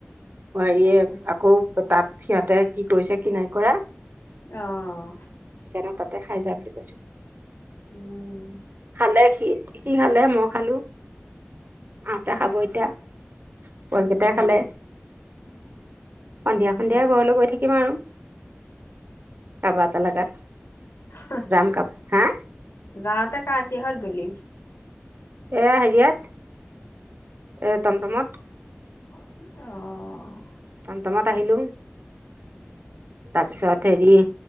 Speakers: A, on the right; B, on the left.
A: হেৰিয়ে
B: উম
A: আকৌ ত তাত সিহঁতে কি কৰিছে, কি নাই কৰা
B: অঁ!
A: সেইকাৰণে তাতে খাই যা বুলি- কৈছোঁ
B: উম!
A: লে, সি, সি খালে মই খালো, মাহঁতে খাব এতিয়া। পোৱালিকেইটাই
B: উম
A: খালে সন্ধিয়া
B: উম
A: সন্ধিয়া
B: উম
A: ঘৰলে গৈ থাকিম আৰু কাৰোবাৰ এটা লগাত
B: <unintelligible>
A: যাম কাব হা
B: যাওঁতে কাৰ কিহঁত গ'লি?
A: এয়া হেৰিয়াত এ তম-তমত।
B: অহ
A: তম-তম'ত আহিলোং তাৰ পিছত হেৰি